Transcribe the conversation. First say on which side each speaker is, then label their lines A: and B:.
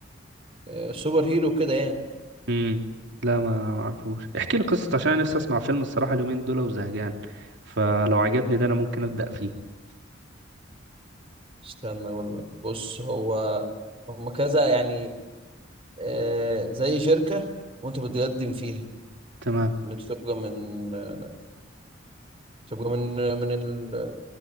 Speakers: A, on the right; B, on the right.
A: آه، سوبر هيرو كده يعني
B: امم لا ما ما اعرفوش احكي لي قصته عشان انا نفسي اسمع فيلم الصراحه اليومين دول وزهقان فلو عجبني ده انا ممكن ابدا فيه
A: استنى اقول لك بص هو هم كذا يعني آه زي شركة وانت بتقدم فيها
B: تمام
A: ان انت تبقى من آه، تبقى من آه من ال...